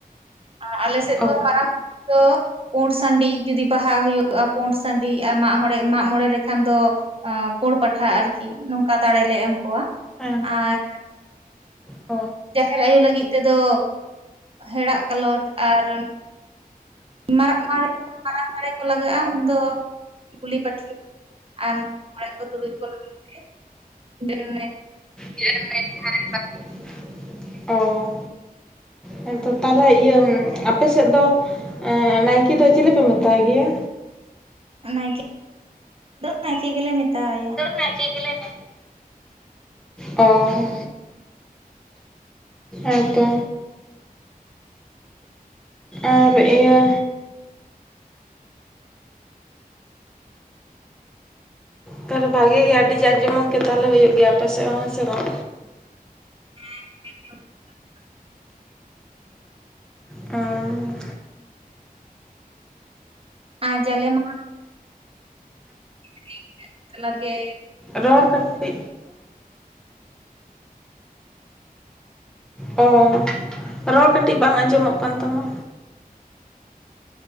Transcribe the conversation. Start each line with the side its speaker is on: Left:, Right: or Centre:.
Right: ᱟᱨ ᱟᱞᱮ ᱥᱮᱫ
Centre: ᱚ
Right: ᱫᱚ ᱢᱟᱨᱟᱝ ᱵᱩᱨᱩ ᱫᱚ ᱯᱩᱸᱰ ᱥᱟᱺᱰᱤ ᱡᱩᱫᱤ ᱵᱟᱦᱟ ᱦᱩᱭᱩᱜᱼᱟ ᱯᱩᱸᱰ ᱥᱟᱺᱰᱤ ᱟᱨ ᱢᱟᱜ ᱢᱚᱬᱮ ᱢᱟᱜ ᱢᱚᱬᱮ ᱨᱮᱠᱷᱟᱱ ᱫᱚ ᱯᱳᱲ ᱯᱟᱴᱷᱟ ᱟᱨᱠᱤ ᱱᱚᱝᱠᱟ ᱫᱟᱲᱮᱞᱮ ᱮᱢ ᱠᱚᱣᱟ
Centre: ᱦᱮᱸ
Right: ᱟᱨ
Centre: ᱚ
Right: ᱡᱟᱦᱮᱨ ᱟᱭᱳ ᱞᱟᱹᱜᱤᱫ ᱛᱮᱫᱚ ᱦᱮᱲᱟᱜ ᱠᱟᱞᱚᱴ ᱟᱨ ᱢᱟᱨᱟᱜ ᱢᱮ ᱢᱟᱨᱟᱝ ᱫᱟᱲᱮ ᱠᱚ ᱞᱟᱜᱟᱜᱼᱟ ᱩᱱᱫᱚ ᱜᱩᱞᱤ ᱯᱟᱹᱴᱷᱤ ᱟᱨ ᱢᱚᱬᱮ ᱠᱚ ᱛᱩᱲᱩᱡ ᱠᱚ ᱞᱟᱹᱜᱤᱫ ᱡᱟᱦᱟᱸ
Centre: <unintelligible> ᱚ ᱦᱮᱸ ᱛᱚ ᱛᱟᱦᱚᱞᱮ ᱤᱭᱟᱹ ᱟᱯᱮ ᱥᱮᱫ ᱫᱚ ᱱᱟᱭᱠᱮ ᱫᱚ ᱪᱤᱞᱤᱯᱮ ᱢᱮᱛᱟᱭ ᱜᱮᱭᱟ
Right: ᱱᱟᱭᱠᱮ ᱱᱟᱭᱠᱮ ᱜᱮᱞᱮ ᱢᱮᱛᱟᱣᱟᱭᱭᱟ
Centre: ᱱᱟᱭᱠᱮ ᱜᱮᱞᱮ ᱢᱮ ᱚ ᱟᱨ ᱛᱚ ᱟᱨ ᱤᱭᱟᱹ ᱛᱟᱦᱚᱞᱮ ᱵᱷᱟᱜᱮ ᱜᱮᱭᱟ ᱟᱹᱰᱤ ᱡᱟᱠ ᱡᱚᱢᱚᱠ ᱜᱮ ᱛᱟᱦᱚᱞᱮ ᱦᱩᱭᱩᱜ ᱜᱮᱭᱟ ᱟᱯᱮ ᱥᱮᱫ ᱦᱚᱸ ᱦᱮᱸ ᱥᱮ ᱵᱟᱝ
Right: <unintelligible>
Centre: ᱩᱸ
Right: ᱟᱨ ᱡᱟᱞᱮᱢ <unintelligible> ᱛᱟᱞᱟᱨ ᱜᱮ
Centre: ᱨᱚᱦᱚᱲ ᱠᱟᱛᱤ ᱠᱤ ᱚ ᱨᱚᱲ ᱠᱟᱹᱴᱤᱡ ᱵᱟᱝ ᱟᱸᱡᱚᱢᱚᱜ ᱠᱟᱱ ᱛᱟᱢᱟ